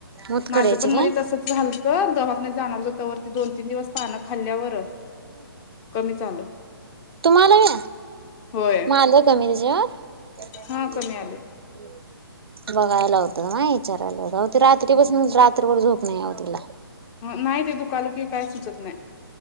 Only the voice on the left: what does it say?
माझं पण
मधी तसंच झालतं, दवाखान्यात जाणार हुतो तवर दोन तीन दिवस पानं खाल्ल्यावर- कमीच आलं.
होय
हा कमी आले
हम्म
नाही ते दुखालं की काय सुचत नाही